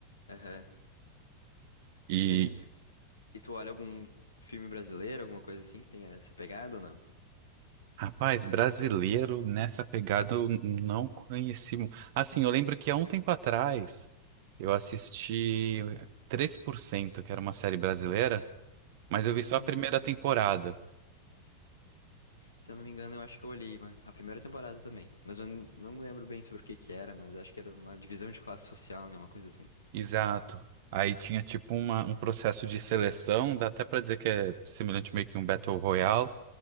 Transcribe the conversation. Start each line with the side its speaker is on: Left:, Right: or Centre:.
Left: Aham.
Right: E
Left: Mas e tu, e tu olha algum filme brasileiro, alguma coisa assim que tenha essa pegada ou não?
Right: Rapaz, brasileiro nessa pegada eu n- não conheci. mu- Assim, eu lembro que há um tempo atrás eu assisti três por cento que era uma série brasileira, mas eu vi
Left: Hum,
Right: só a primeira temporada.
Left: se eu não me engano, eu acho que eu olhei uma- a primeira temporada também. Mas eu n- não me lembro bem sobre o que que era, mas acho que era uma divisão de classe social, né? Uma coisa assim.
Right: Exato. Aí tinha tipo uma- um processo de seleção, dá até pra dizer que é semelhante meio que um Battle Royale,